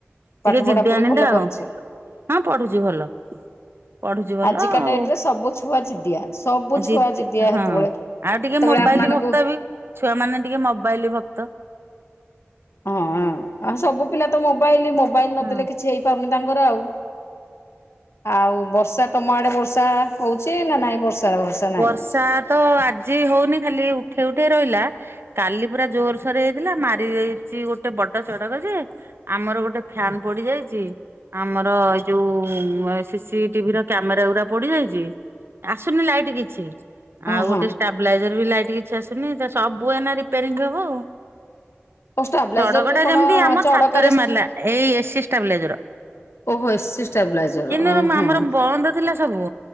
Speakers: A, on the left; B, on the right.
A: ପାଠ
B: ଟିକେ
A: ପଢା
B: ଜିଦିଆଣି
A: ପଢି ଭଲ
B: ଟା
A: କରୁଛି।
B: ଆଉ ହଁ ପଢୁଛି ଭଲ। ପଢୁଛି ଭଲ
A: ଆଜିକା
B: ଆଉ
A: ଡେଟ ରେ ସବୁ ଛୁଆ ଜିଦିଆ ସବୁ ଛୁଆ
B: ଜିଦି
A: ଜିଦିଆ
B: ହଁ
A: ହେତେବେଳେ। ସେତେବେଳେ
B: ଆଉ ଟିକେ ମୁଁ ମୋବାଇଲ
A: ଆମ ମାନଙ୍କୁ
B: ଭକ୍ତ ବି ଛୁଆ ମାନେ ଟିକେ ମୋବାଇଲ ଭକ୍ତ।
A: ହଁ, ଆଉ ସବୁ ପିଲା ତ ମୋବାଇଲ ମୋବାଇଲ ନଦେଲେ
B: ହଁ
A: କିଛି ହେଇପାରୁନି ତାଙ୍କର ଆଉ। ଆଉ ବର୍ଷା ତମ ଆଡେ ବର୍ଷା ହଉଛି ନା ନାଇଁ ବର୍ଷା ନାହିଁ
B: ବର୍ଷା
A: କିଛି?
B: ତ ଆଜି ହଉନି ଖାଲି ଉଠେଇ ଉଠେଇ ରହିଲା, କାଲି ପୁରା ଜୋରସୋର ହେଇଥିଲା ମାରି ଦେଇଚି ଗୋଟେ ବଡ ଚଡକ ଯେ ଆମର ଗୋଟେ ଫ୍ୟାନ ପୋଡି ଯାଇଛି ଆମର ଯୋଉ ସି ସି ଟି ଭି ର କ୍ୟାମେରା ଗୁରା ପୋଡି ଯାଇଛି ଆସୁନି ଲାଇ କିଛି
A: ହଁ
B: ଆଉ ଗୋଟେ
A: ହଁ
B: ଷ୍ଟାବ୍ଲାଇଜର ବି କିଛି ଆସୁନି ତ ସବୁ ଏନା ରିପାରିଙ୍ଗ ହବ ଆଉ।
A: ଓ ଷ୍ଟାବ୍ଲାଇଜର
B: ଚଡକ
A: ବି
B: ଟା
A: କଣ
B: ଯେମିତି ଆମ
A: ଚଡକରେ
B: ଛାତରେ ମାରିଲା ଏଇ ଏ ସି ଷ୍ଟାବ୍ଲାଇଜର।
A: ଓହୋ ଏସି ଷ୍ଟାବ୍ଲାଇଜର
B: କିନ୍ତୁ
A: ଓହୋ।
B: <inaudible> ଆମର ବନ୍ଦ ଥିଲା ସବୁ